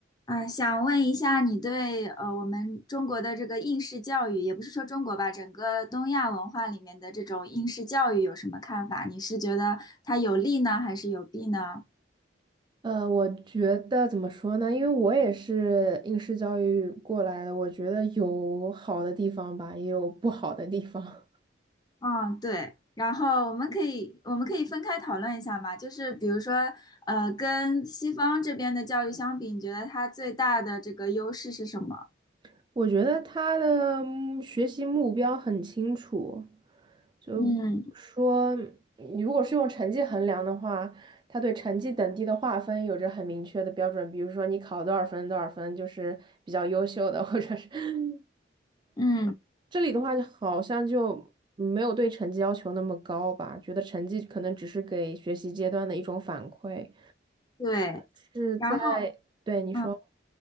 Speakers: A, on the left; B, on the right.
A: 啊，想问一下，你对呃我们中国的这个应试教育，也不是说中国吧，整个东亚文化里面的这种应试教育有什么看法？你是觉得它有利呢，还是有弊呢？
B: 呃，我觉得怎么说呢？因为我也是应试教育过来的，我觉得有好的地方吧，也有不好的地方。
A: 嗯，对。然后我们可以我们可以分开讨论一下嘛，就是比如说，呃，跟西方这边的教育相比，你觉得它最大的这个优势是什么？
B: <laughs> 我觉得他的嗯学习目标很清楚，就比如说，
A: 嗯
B: 你如果是用成绩衡量的话，他对成绩等级的划分有着很明确的标准，比如说你考多少分，多少分就是比较优秀的，或者是 <laughs>
A: 嗯，
B: 这里的话，好像就没有对成绩要求那么高吧，觉得成绩可能只是给学习阶段的一种反馈，
A: 对。
B: 是在，
A: 然后。
B: 对，你说，
A: 嗯。